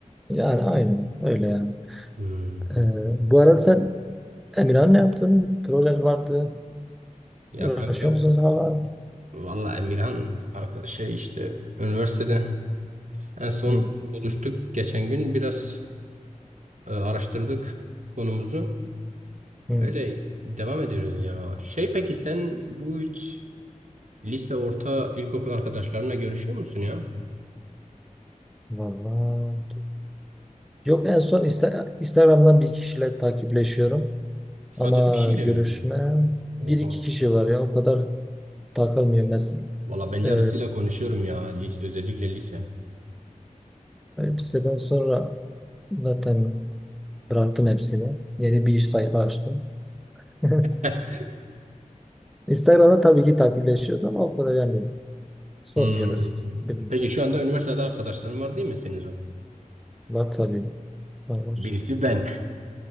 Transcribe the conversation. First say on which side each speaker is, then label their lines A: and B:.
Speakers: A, in the centre; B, on the right.
A: Yani aynen öyle yani.
B: Hmm.
A: Ee, bu arada sen Emirhan ne yaptın? Proje vardı.
B: Ya
A: Uğraşıyor
B: kanka
A: musunuz hala?
B: valla Emirhan arkadaş şey işte üniversitede En son
A: Hı.
B: buluştuk geçen gün biraz e, araştırdık konumuzu.
A: Hı.
B: Öyle devam ediyoruz ya. Şey peki sen bu hiç lise, orta, ilkokul arkadaşlarına görüşüyor musun ya?
A: Vallahi. Yok en son Insta- Instagram'dan bir kişiyle takipleşiyorum.
B: Sadece
A: Ama
B: bir kişiyle
A: görüşme
B: mi? Oha.
A: bir iki kişi var ya o kadar takılmıyorum. Mesela,
B: Valla ben yarısıyla
A: ee,
B: konuşuyorum ya. Lise, özellikle lise.
A: liseden sonra zaten bıraktım hepsini. Yeni bir iş sayfa açtım. <laughs>
B: <laughs>
A: Instagram'da tabii ki takipleşiyoruz ama o kadar yani sormuyoruz
B: Hmm.
A: birbirimiz.
B: Peki şu anda üniversitede arkadaşların var değil mi senin o?
A: Var tabii. Var var.
B: Birisi ben.